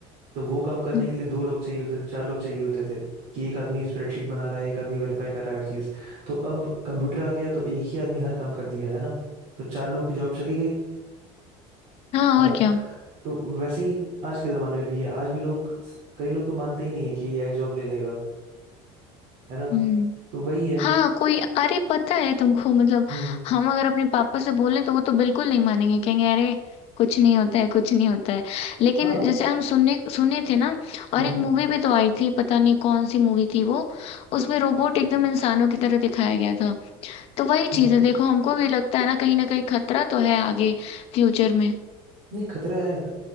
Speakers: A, on the right; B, on the left.
A: तो वो काम करने
B: हम्म,
A: के लिए दो लोग चाहिए होते थे, चार लोग चाहिए होते थे कि एक आदमी स्प्रेडशीट बना रहा है एक आदमी वेरीफाई कर रहा है हर चीज़ तो अब कंप्यूटर आ गया तो एक ही आदमी हर काम कर दिया है ना तो चार लोगों की जॉब चली गई
B: हाँ
A: है
B: और
A: ना
B: क्या
A: तो वैसे ही आज के जमाने में भी है आज भी लोग कई लोग तो मानते ही नहीं है कि एआई जॉब ले लेगा है ना
B: हम्म
A: तो वही है
B: हाँ कोई अरे पता है तुमको मतलब
A: हम्म
B: हम अगर अपने पापा से बोलें तो वो तो बिल्कुल नहीं मानेंगे कहेंगे अरे कुछ नहीं होता है कुछ नहीं होता है लेकिन
A: हाँ
B: जैसे हम सुनने सुने थे ना और
A: हम्म
B: एक मूवी भी तो आई थी पता नहीं कौन सी मूवी थी वो उसमें रोबोट एकदम इंसानों की तरह दिखाया गया था तो वही
A: हम्म।
B: चीज़ है देखो हमको भी लगता है ना कहीं ना कहीं खतरा तो है आगे फ्यूचर में
A: नहीं खतरा है